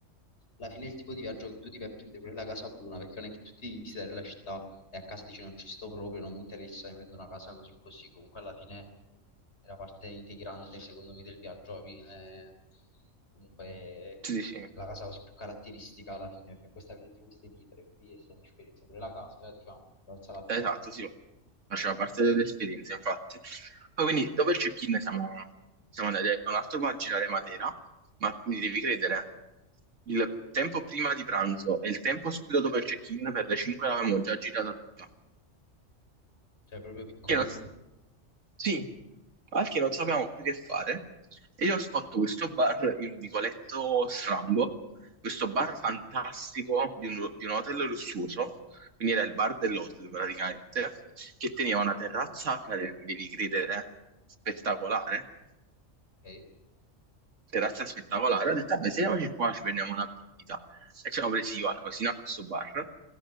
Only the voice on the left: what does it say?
alla fine è il tipo di viaggio che tu ti vai a prendere pure la casa buona, perché non è che tu ti devi visitare la città e a casa dici non ci sto proprio, non mi interessa, mi prendo una casa così così, comunque alla fine è la parte integrante secondo me del viaggio, alla fine, eh, comunque
la casa così più caratteristica alla fine, perché in questa avete trovato queste pietre, quindi è stata un'esperienza pure la casa, eh, diciamo, valsa la pena,
cioè proprio piccoli.
Ok?